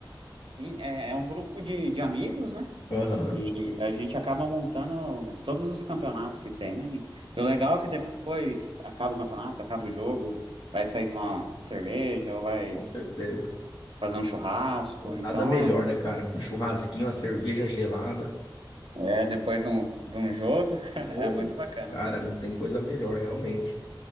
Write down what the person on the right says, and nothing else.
Sim, é, é um grupo de, de amigos, né?
E a gente acaba montando todos os campeonatos que tem. E o legal é que depois acaba o campeonato, acaba o jogo, vai sair tomar cerveja ou vai
fazer um churrasco.
Então
é,
é depois um, de um jogo, <laughs>
é muito bacana.